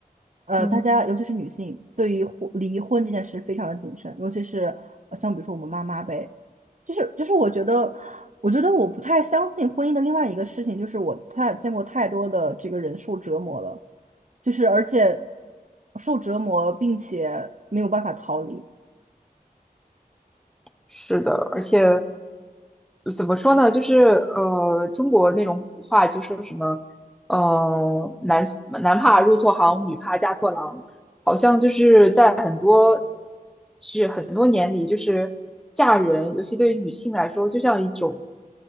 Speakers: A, on the right; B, in the centre.
A: 呃，
B: 嗯，
A: 大家尤其是女性对于婚离婚这件事非常的谨慎，尤其是呃像比如说我们妈妈呗，就是就是我觉得我觉得我不太相信婚姻的另外一个事情，就是我太见过太多的这个人受折磨了，就是而且受折磨并且没有办法逃离，
B: 是的，而且。怎么说呢？就是呃，中国那种古话就说什么，呃，男男怕入错行，女怕嫁错郎，好像就是在很多是很多年里，就是嫁人，尤其对于女性来说，就像一种